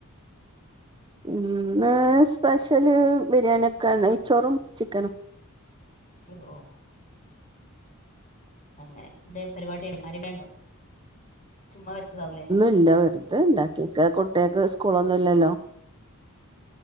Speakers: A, on the right; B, on the left.
A: ഇന്ന് സ്പെഷ്യല് ബിരിയാണി ഒക്കെ നെയ്ച്ചോറും ചിക്കനും
B: ഓഹ് അങ്ങനെ എന്തെ പരിപാടി ആരേലും ഉണ്ടോ ചുമ്മ വെച്ചതാവൂല്ലേ
A: ഇല്ല വെറുതെ ഇണ്ടാക്കിക്ക കുട്ട്യാക്ക് സ്കൂളൊന്നും ഇല്ലല്ലോ